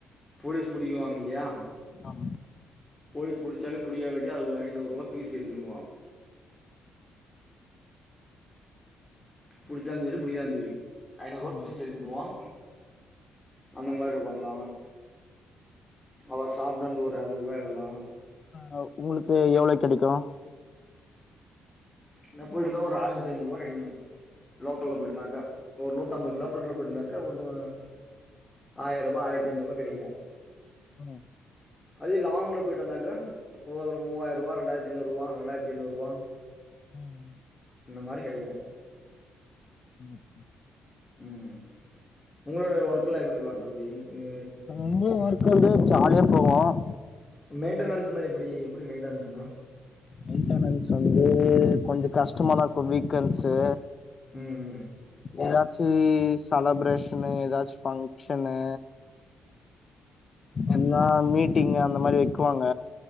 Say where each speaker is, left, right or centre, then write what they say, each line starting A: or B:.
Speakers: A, on the left; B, on the left.
A: போலீஸ் புடிக்குவாங்கலயா
B: ஆமா
A: போலீஸ் பிடிச்சாலும் பிடிக்காட்டி அது ஒரு ஐநூறுபா பீஸ் எழுதிடுவான் புடிச்சாலும் சேரி புடிக்காச் சேரி ஐநூறூபா
B: ம்
A: பீஸ் எழுதிடுவோம் அந்த மாரி பண்ணலாம் அவர் சாப்டந்து ஒரு எறநூறூபா எதலாம்
B: ஆ உங்களுக்கு எவ்ளோ கிடைக்கும்
A: என்ன போயிட்டு வந்தா ஒரு ஆயிரத்தி ஐநூறூபா கிடைக்கும் லோக்கல்ல போயிருந்தாக்கா ஒரு நூத்தம்பது கிலோ மீட்டர்குள்ள போயிருந்தாக்கா ஒன்னு ஆயிரரூபா ஆயிரத்தி ஐநூறூபா கிடைக்கும்
B: ம்
A: அதே லாங்கல போய்ட்டு வந்தாக்கா ஒரு மூவாயிறூபா ரெண்டாயிரத்தி ஐநூறூபா ரெண்டாயிரத்தி ஏல்நூறூபா
B: ம்
A: இந்த மாரி கிடைக்கும்
B: ம் ம்
A: உம் உங்களோட ஒர்க்லாம் எப்டிபா தம்பி எ
B: ரொம்ப ஒர்க்லா இல்ல ஜாலியா போவோம்
A: மெயின்டனன்ஸ்ண்ணா எப்டி எப்டி மெயின்டனன்ஸ்னா
B: மெயின்டனன்ஸ் வந்து கொஞ்சோ கஷ்டமாதான் இருக்கும் வீக்கண்ஸ்சு
A: ம்
B: ஏதாச்சும் செலபரேஷனு ஏதாச்சும் ஃபங்க்ஷன்னு என்னா மீட்டிங் அந்த மாரி வைக்குவாங்க